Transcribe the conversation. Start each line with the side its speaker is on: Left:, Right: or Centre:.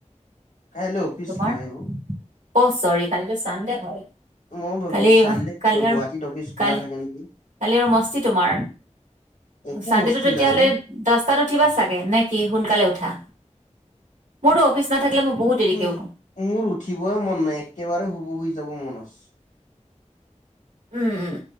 Left: কাইলৈ অফিচ
Right: তোমাৰ
Left: নাই অ
Right: অ চৰি কালিতো চানডে হয়
Left: ময়ো ভাবিছো
Right: কালি,
Left: চানডে
Right: কালি আৰু
Left: গুৱাহাটীত অফিচ খোলা
Right: কা
Left: থাকে নেকি
Right: কালি আৰু মস্তি তোমাৰ
Left: একো
Right: চানডেটো
Left: মস্তি
Right: তেতিয়াহ'লে
Left: নাই অ
Right: দহটাত উঠিবা চাগে নে কি সোনকালে উঠা মোৰতো অফিচ নাথাকিলে মই বহুত দেৰিকে
Left: উম
Right: উঠো
Left: মোৰ উঠিবই মন নাই একেবাৰে শুব শুই যাব মন আছ
Right: উম উম